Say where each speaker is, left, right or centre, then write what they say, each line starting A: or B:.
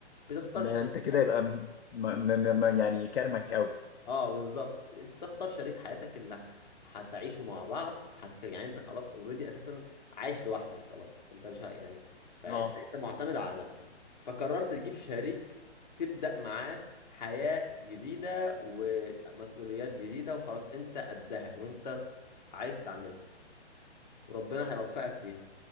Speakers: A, on the left; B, on the left.
A: بتختار
B: ده
A: شريك
B: انت كده يبقى م... م... م... م- يعني كرمك قوي
A: اه بالظبط انت اختار شريك حياتك اللي هتعيشوا مع بعض هت... يعني انت خلاص اوريدي اساسا عايش لوحدك خلاص انت مش ه- يعني فانت
B: اه
A: انت معتمد على نفسك فقررت تجيب شريك تبدأ معاه حياة جديدة ومسؤوليات جديدة وخلاص انت قدها وانت عايز تعملها وربنا هيوفقك فيها